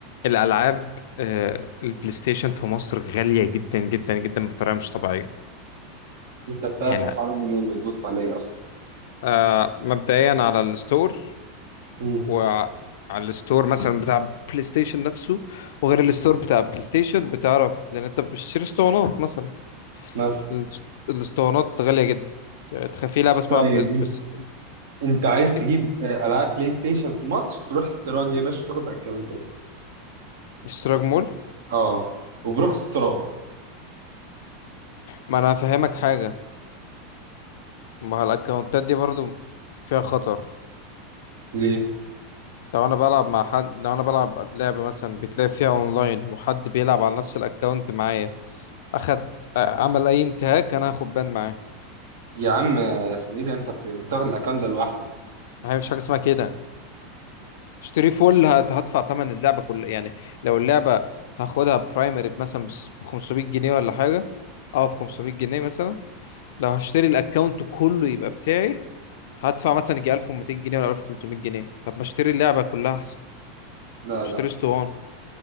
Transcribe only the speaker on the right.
انت بتعرف
اسعارهم منين بتبص عليه اصلا
مم.
بس
طيب
انت
انت عايز تجيب
آه، العاب بلاي ستيشن في مصر تروح السراج يا باشا تاخد اكونتات
اه وبرخص التراب
ليه
يا عم آه، اسمه ايه ده انت بت- بتاخد الاكونت ده لوحدك
لا
لا